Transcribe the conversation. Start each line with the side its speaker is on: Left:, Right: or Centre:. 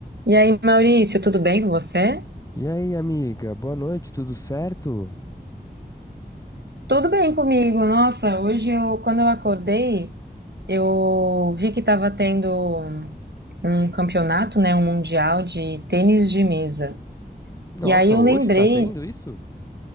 Right: E aí, Maurício, tudo bem com você?
Left: E aí, amiga, boa noite, tudo certo?
Right: Tudo bem comigo. Nossa, hoje eu, quando eu acordei, eu vi que estava tendo um campeonato, né, um mundial de tênis de mesa.
Left: Nossa,
Right: E aí eu
Left: hoje
Right: lembrei,
Left: tá tendo isso?